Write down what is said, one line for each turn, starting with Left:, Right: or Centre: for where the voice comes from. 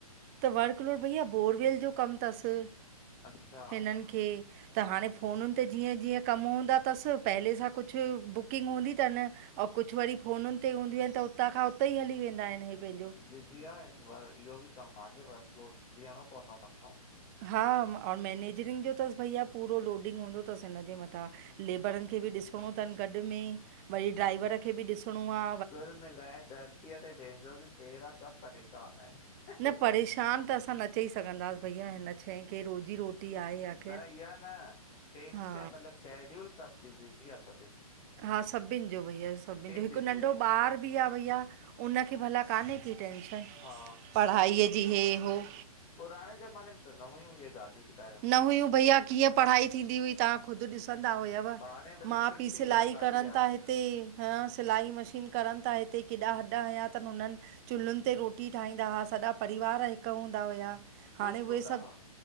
Right: त वर्कलोड भईया बोरवेल जो कमु थसि,
Left: अच्छा
Right: हिननि खे। त हाणे फ़ोनुन ते जीअं जीअं कमु हूंदा थसि, पहले सां कुछु बुकिंग हूंदी थनि ऐं कुछु वरी फ़ोन ते हूंदियूं आहिन, त उतां खां उते ई हली वेंदा आहिन हे पंहिंजो।
Left: बिज़ी आ पर इहो बि कमु आहे, वर्कलोड भिंयणो पवंदो आहे मथौं।
Right: हा, अऊं मैनेजरिंग जो त भईया पूरो लोडिंग हूंदो अथसि हिनजे मथां। लैबरनि
Left: जी
Right: खे बि ॾिसणो थनि गॾु में, वरी ड्राइवर खे बि ॾिसणो आ।
Left: कुुल मिलाए धरतीअ ते जंहिंजो बि पेर आ, सब परेशान आहिन।
Right: न परेशान त असां न चई सघंदासीं भईया हिन शै खे, रोज़ी रोटी आहे। आख़िर
Left: न इहा न, टेंशन,
Right: हा
Left: मतिलब शेड्यूल सब जी बिज़ी आ सभिनी जी।
Right: हा सभिन जो भैया, सभिन जो, हिकु
Left: बिज़ी
Right: नंढो
Left: आ।
Right: ॿारु पीउ आ भईया, उनखे भला कान्हे की टेंशन?
Left: हा
Right: पढ़ाईअ जी, हे हो उहो
Left: पुराणे ज़माने में त न हुयूं इहे ॻाल्हियूं ॿुधायो।
Right: न हुयूं भईया, कीअं पढ़ाई थींदी हुई, तहां ख़ुद ॾिसंदा हुयव।
Left: ॿारहें बजे
Right: माउ
Left: छुटी
Right: पीउ सिलाई
Left: या साढी
Right: करनि
Left: यारहें
Right: था। हिते हिते हं सिलाई मशीन करनि ता हिते केॾा हॾ हयां तनि हुननि, चुल्हनि ते रोट रोटी ठाहींदा हा, सॼा परिवार हिकु हूंदा हुया।
Left: ख़ुश
Right: हाणे
Left: हूंदा
Right: उहे सभु
Left: हा?